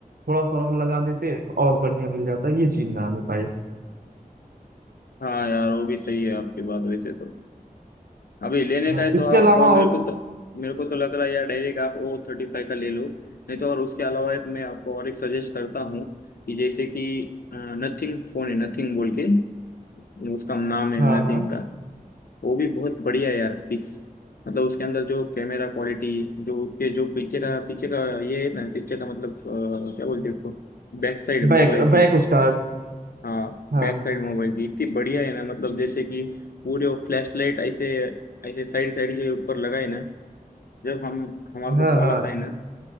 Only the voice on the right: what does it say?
थोड़ा सा और लगा देते तो और बढ़िया मिल जाता ये चीज ना आने पाए
हाँ
इसके
अलावा
और
हाँ
हाँ
बैक
बैक उसका
हाँ
हाँ
हाँ